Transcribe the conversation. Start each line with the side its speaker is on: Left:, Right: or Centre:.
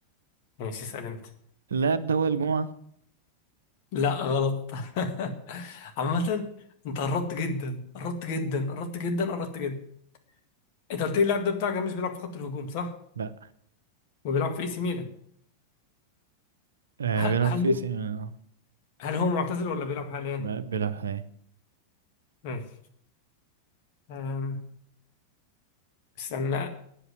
Left: ماشي اسأل انت
Right: اللاعب ده وائل الجمعة
Left: لا غلط <laughs> عامة انت قربت جدا قربت جدا قربت جدا قربت جدا انت قلت لي اللاعب ده بتاعك مش بيلعب في خط الهجوم صح؟
Right: لا
Left: وبيلعب في اي سي ميلان
Right: آه
Left: ه-
Right: بيلعب
Left: هل
Right: في سي اه
Left: هل هو معتزل ولا بيلعب حاليا؟
Right: لا، بيلعب حاليا
Left: ماشي أم، استنى